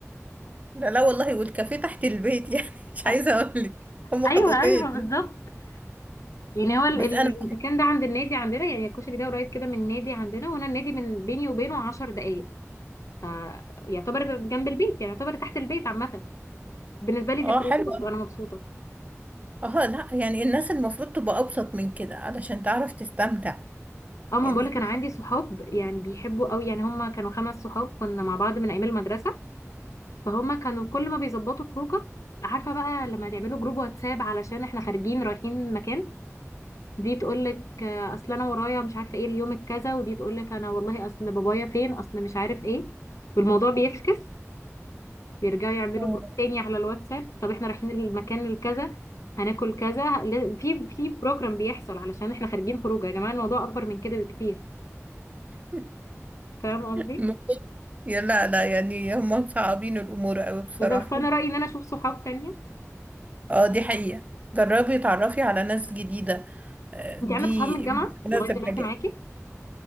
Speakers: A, on the right (about 30°); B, on the left (about 80°).
A: لا لا والله والكافيه تحت البيت يعني <laughs> مش
B: أ-
A: عايزه اقول لك هم
B: ايوه
A: خطوتين
B: ايوه بالظبط يعني هو ال-
A: بس انا
B: المكان ده عند النادي عندنا يعني الكشري ده قريب كده من النادي عندنا وانا النادي من بيني وبينه 10 دقائق فيعتبر جنب البيت يعني يعتبر تحت البيت عامه بالنسبه لي
A: اه
B: دي خروجه
A: حلو
B: برضه انا مبسوطه
A: اه لا يعني الناس المفروض تبقى ابسط من كده علشان تعرف تستمتع
B: اه ما
A: يعني
B: بقولك انا عندي صحاب يعني بيحبوا قوي يعني هم كانوا خمس صحاب كنا مع بعض من ايام المدرسه فهما كانوا كل ما بيظبطوا خروجه عارفه بقى لما تعملوا جروب واتساب علشان احنا خارجين رايحين مكان دي تقول لك اصل انا ورايا مش عارفه ايه اليوم الكذا ودي تقول لك انا والله اصل بابايا فين اصل مش عارف ايه والموضوع بيفكس بيرجعوا يعملوا
A: اه
B: جروب تاني على الواتساب طب احنا رايحين المكان الكذا هناكل كذا ه- ل- في في بروجرام بيحصل علشان احنا خارجين خروجه يا جماعه الموضوع اكبر من كده بكتير
A: <laughs>
B: فاهم قصدي
A: الموضوع- يا لا لا يعني هم مصعبين الامور قوي بصراحه
B: بالظبط فانا رايي ان انا اشوف صحاب تانية
A: اه دي حقيقه جربي تعرفي على ناس جديده آه،
B: انت
A: دي
B: عندك صحاب من الجامعه
A: ناس
B: لغايه دلوقتي
A: الحاجات
B: معاكي